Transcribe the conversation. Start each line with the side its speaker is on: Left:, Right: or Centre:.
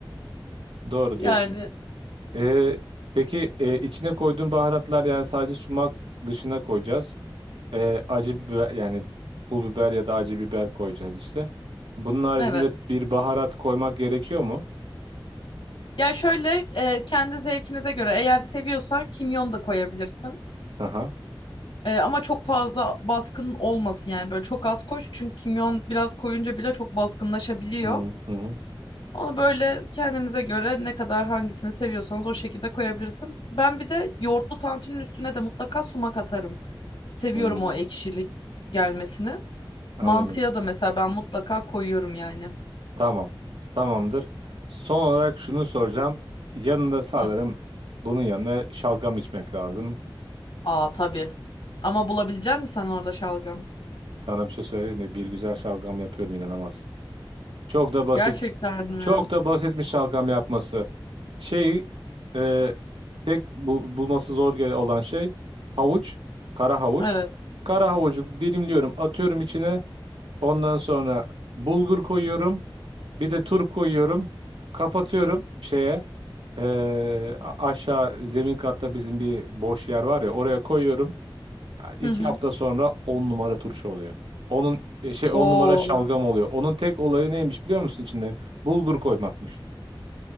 Right: Doğru
Left: <laughs>
Right: diyorsun.
Left: Yani
Right: Ee, peki e, içine koyduğun baharatlar yani sadece sumak dışına koyacağız. Ee, acı biber yani pul biber ya da acı biber koyacağız işte. Bunun haricinde
Left: evet.
Right: bir baharat koymak gerekiyor mu?
Left: Ya şöyle e, kendi zevkinize göre eğer seviyorsan kimyon da koyabilirsin.
Right: Aha.
Left: Ee, ama çok fazla baskın olmasın yani böyle çok az koş çünkü kimyon biraz koyunca bile çok baskınlaşabiliyor.
Right: Hı hı hı.
Left: Onu böyle kendinize göre ne kadar hangisini seviyorsanız o şekilde koyabilirsin. Ben bir de yoğurtlu tantinin üstüne de mutlaka sumak atarım. Seviyorum
Right: hı.
Left: o ekşilik gelmesini.
Right: Anladım.
Left: Mantıya da mesela ben mutlaka koyuyorum yani.
Right: Tamam. Tamamdır. Son olarak şunu soracağım. Yanında sanırım
Left: Hı.
Right: bunun yanına şalgam içmek lazım.
Left: Aa tabii. Ama bulabilecek misin sen orada şalgam?
Right: Sana bir şey söyleyeyim mi? Bir güzel şalgam yapıyorum inanamazsın. Çok da basit.
Left: Gerçekten mi?
Right: Çok da basitmiş şalgam yapması. Şey e, tek bu- bulması zor gele olan şey havuç, kara havuç.
Left: Evet.
Right: Kara havucu dilimliyorum, atıyorum içine. Ondan sonra bulgur koyuyorum. Bir de turp koyuyorum. Kapatıyorum şeye. e, a- aşağı zemin katta bizim bir boş yer var ya oraya koyuyorum. Ha, İki
Left: Hı hı.
Right: hafta sonra 10 numara turşu oluyor. Onun e, şey 10
Left: Oo.
Right: numara şalgam oluyor. Onun tek olayı neymiş biliyor musun içinde? Bulgur koymakmış.